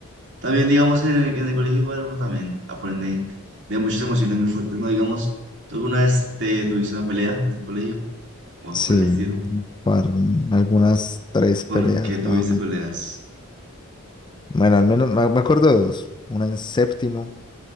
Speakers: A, on the right (about 55°); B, on the left (about 20°).
A: También, digamos, en el, en el colegio igual uno también aprende de muchas emociones muy fuertes, ¿no? Digamos, tú alguna vez te tuviste una pelea en el colegio o algo
B: Sí,
A: por el estilo.
B: para un- algunas tres peleas
A: ¿Por qué tuviste
B: más o menos.
A: peleas?
B: Bueno, al menos me me acuerdo de dos. Una en séptimo,